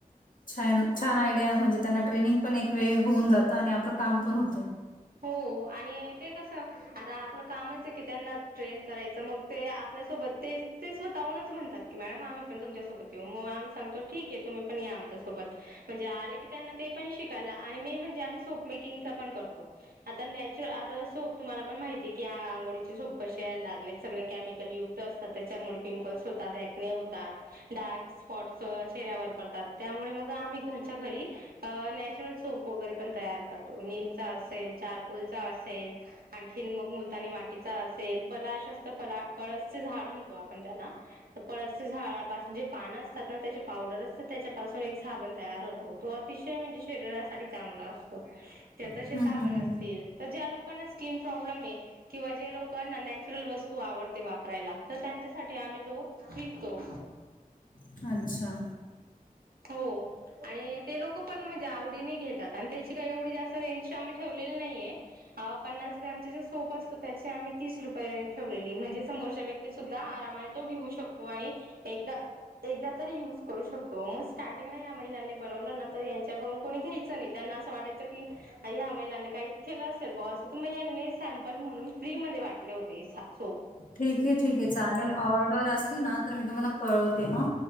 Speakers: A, on the left (about 65°); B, on the right (about 90°).
A: छन छान आयडिया म्हणजे त्यांना ट्रेनिंग पण एक वेळ होऊन जातं आणि आपलं काम पण होतंय
B: हो आणि ते कस आता आपलं कामच आहे की त्यांना ट्रेन करायचं मग ते आपल्या सोब ते स्वतःहूनच म्हणताती मॅडम आम्ही पण तुमसोबत येऊग आम् सगतो ठीक आहे तुम्ही पण या आमच्या सोबत म्हणेजे आले की त्यांना तेपण शिकायला आणि मेन म्हणजे आम्ही सोपेकंगण करो आता नॅच आता सोप तुम्हाला पण माहिती की आघोळीचे सोप कसे या लागले सगळे युक्त असते त्याचामुळे पिंपल्स होतात त्या पतात डार्क स्पॉटस चेऱ्यावर त्यामुळे मग आम्ही घरच्या घरी नॅचरल सोप वगरे पण तयार करोतो असेल चारकोल चा असेल आणखी मग मुलतानी मातीचा असेल पलाश असत प परसच झाड म्हणतो आपण त्याला परस झाडपून जे पान असतात ना त्याचे पावडर त्याच्यापासून एक साबण तयार होतो तो अतिशय म्हणजे शरीरासाठी चांगला असतो तसे
A: हम्म,
B: साबण
A: हम्म, हम्म,
B: असतील तर ज्या लोक स्किन प्रॉब्लेम आहे किंवा जे लोकना नॅचरल वस्तू आवडते वापरायला तर त्यांच्या आ तो विकतो
A: हम्म. अच्छा
B: हो आणि ते लोक पण म्हणजे आवडी ने घेतात आणि त्याची काय एवढी जास्त त्या रेंजची आम्ही ठेवलेली नाहीये पन्नास ग्रॅम चा जो सोप असतो त्याच्या आम्ही तीस रुपये रेंज म्हणजे समोरच्या व्यक्ती सुद्धा आरामाने तो घेऊ शकतो आणि एकदा एकदा तरी युज करू शकतो मग स्टार्टिंगला या महिलांनी बनवलं ना तर त्यांच्याकडून कोणी घ्यायचं नाही त्यां साे च ह्या महिलानी काही केलं असेल ब अस तर मग सॅम्पल म्हणून फ्री मध्ये वाटले होते हे सा सो
A: ठीक आहे ठीक आहे चालेल ऑर्डर असली ना तर मी तुम्हाला कळवते तेव्हा